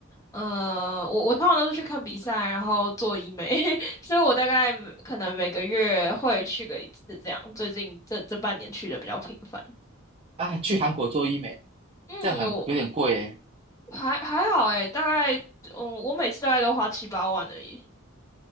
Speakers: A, on the left; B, on the right.
A: 呃，我我通常都是去看比赛，然后做医美，<laughs> 所以我大概可能每个月会去个一次这样。最近这这半年去的比较频繁。
B: 啊，去韩国做医美，
A: 嗯，
B: 这样很有点贵诶，
A: 我还还好诶，大概嗯，我每次大概都花七八万而已。